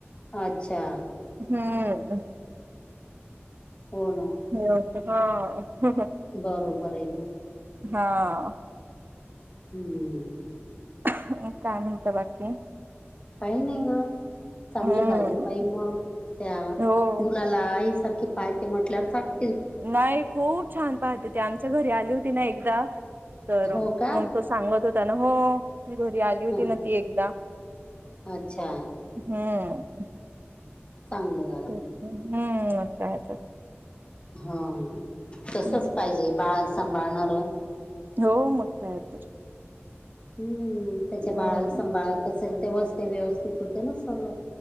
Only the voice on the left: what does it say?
अच्छा.
हो ना.
बरोबर आहे ना.
हम्म.
काही नाही ग. चांगलं
झालं ना बाई मग त्या
मुलाला आईसारखी पाहिती ते म्हटल्या चांग
हो का
ह
अच्छा
चांगलंय.
हां तसंच
पाहिजे बाळ सांभाळणारं.
हम्म त्याचे
बाळ सांभाळत असेल, तेव्हाच ते व्यवस्थित होते ना सगळं